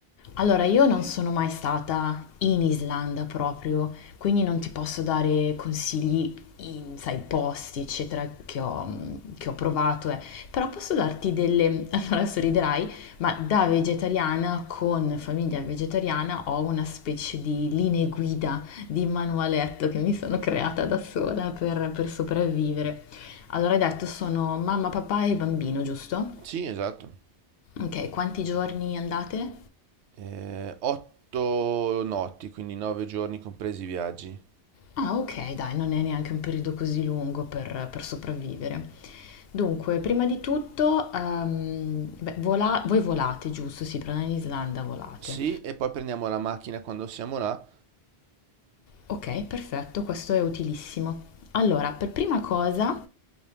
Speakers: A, on the left (about 65°); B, on the right (about 85°).
A: Allora, io non sono mai stata in Islanda proprio, quindi non ti posso dare consigli in, sai, posti, eccetera, che ho, che ho provato, eh. Però posso darti delle... <laughs> Allora, sorriderai, ma da vegetariana, con famiglia vegetariana, ho una specie di linee guida, di manualetto che mi sono creata da sola per, per sopravvivere. Allora, hai detto, sono mamma, papà e bambino, giusto?
B: Sì, esatto.
A: Ok, quanti giorni andate?
B: Eh, otto notti, quindi nove giorni compresi i viaggi.
A: Ah, ok, dai, non è neanche un periodo così lungo per, per sopravvivere. Dunque, prima di tutto, ehm, beh, vola- voi volate, giusto? Sì, però in Islanda volate.
B: Sì, e poi prendiamo la macchina quando siamo là.
A: Ok, perfetto, questo è utilissimo. Allora, per prima cosa,